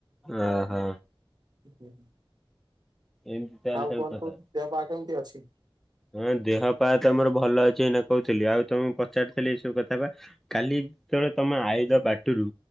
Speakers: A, in the centre; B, on the right.
A: ଓହୋ।
B: <unintelligible>
A: ଏମିତି ତାହେଲେ
B: ଆଉ
A: ସବୁ
B: କଣ
A: କଥା।
B: କୁହନ୍ତୁ ଦେହ ପା କେମିତି ଅଛି?
A: ହଁ ଦେହ ପା ତମର ଭଲ ଅଛି ଏଇନା କହୁଥିଲି ଆଉ ତମେ ପଚାରିଥିଲି ଏଇ ସବୁ କଥା ପା। କାଲି ତଳେ ତମେ ଆଇଲ ବାଟରୁ